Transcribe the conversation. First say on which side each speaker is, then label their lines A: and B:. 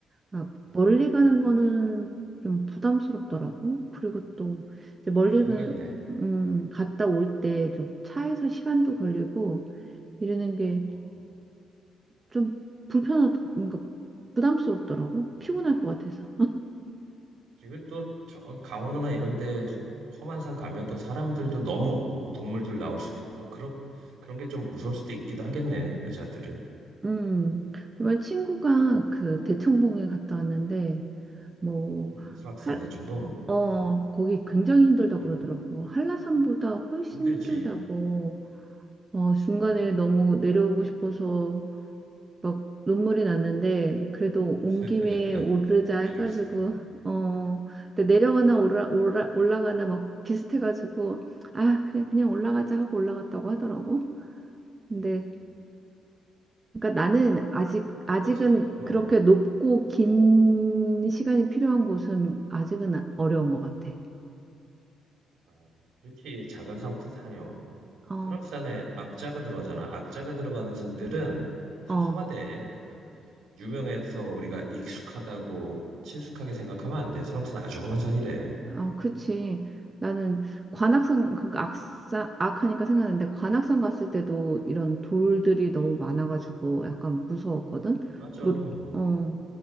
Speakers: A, on the right; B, on the right.
A: 아,
B: 음,
A: 멀리 가는 거는 좀 부담스럽더라고. 그리고 또 이제 멀리
B: 그렇긴
A: 가-
B: 하겠네.
A: 음, 갔다 올 때 좀 차에서 시간도 걸리고 이러는 게
B: 음, 음.
A: 좀 불편하, 뭔가 부담스럽더라고.
B: 음.
A: 피곤할 것 같아서.
B: 그리또저 강원도나 이런 데 험한 산 가면 또 사람들도 너무 없고 동물들 나올 수도 있고 뭐 그런 그런 게 좀 무서울 수도 있기도 하겠네 여자들은
A: 음, 정말 친구가
B: 음,
A: 그 대청봉에 갔다 왔는데 뭐
B: 음, 수락산
A: 할,
B: 대청봉
A: 어,
B: 음,
A: 거기 굉장히 한라산보다
B: 음,
A: 힘들다 그러더라고. 한라산보다 훨씬
B: 힘들지
A: 힘들다고. 어, 중간에
B: 어
A: 너무 내려오고 싶어서 막 눈물이 났는데 그래도 온
B: <laughs>
A: 김에 오르자 해가지고
B: 내려올 수가 없네 네.
A: 어 근데 내려가나 올라, 올라 올라가나 막 비슷해가지고 아 그래 그냥 올라가자 하고 올라갔다고 하더라고. 근데
B: 음,
A: 그러니까 나는 아직 아직은
B: 버스 어
A: 그렇게 높고 긴 시간이 필요한 곳은 아직은 어려운 것 같아.
B: 음. 아, 그렇지 작은 산부터 다녀
A: 어,
B: 설악산에 악자가 들어가잖아 악자가 들어가는 산들은 다
A: 어.
B: 험하대 그러니까 유명해서 우리가 익숙하다고 친숙하게 생각하면 안 돼. 설악산 아주 험한 산이래.
A: 어, 그치. 나는 관악산,
B: 응, 응,
A: 그러니까 악사, 악하니까 생각났는데 관악산
B: 응,
A: 갔을 때도 이런 돌들이 너무
B: 응.
A: 많아가지고 약간 무서웠거든.
B: 맞아.
A: 돌,
B: 응,
A: 어,